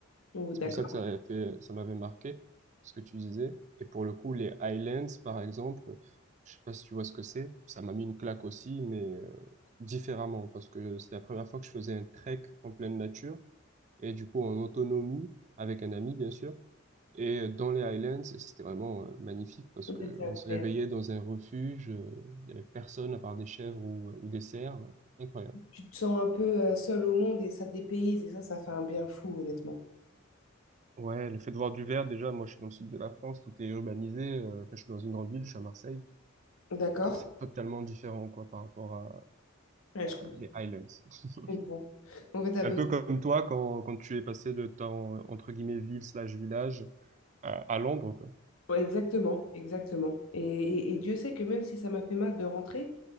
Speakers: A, on the left (about 85°); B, on the right (about 35°).
A: Oh,
B: c'est
A: d'accord.
B: pour ça que ça avait fait, ça m'avait marqué ce que tu disais. Et pour le coup, les Highlands, par exemple, je sais pas si tu vois ce que c'est, ça m'a mis une claque aussi, mais euh, différemment, parce que c'est la première fois que je faisais un trek en pleine nature, et du coup en autonomie, avec un ami, bien sûr. Et dans les Highlands, et c'était vraiment euh, magnifique parce
A: Ouais,
B: que
A: C'est
B: on
A: incroyable.
B: se réveillait dans un refuge, euh, il y avait personne à part des chèvres ou, ou des cerfs, incroyable.
A: tu te sens un peu euh, seul au monde et ça dépayse et ça, ça fait un bien fou, honnêtement.
B: Ouais, le fait de voir du vert, déjà, moi je suis dans le sud de la France, tout est urbanisé, euh, enfin, je suis dans une grande ville, je suis à Marseille,
A: D'accord?
B: donc c'est totalement différent quoi par rapport à
A: Ouais,
B: à
A: je comprends.
B: les Highlands. <laughs>
A: je comprends. En fait, t'as
B: Un
A: besoin...
B: peu comme toi quand, quand tu es passé de ta entre guillemets ville slash village à, à Londres, quoi.
A: ouais, exactement, exactement. Et, et- et Dieu sait que même si ça m'a fait mal de rentrer,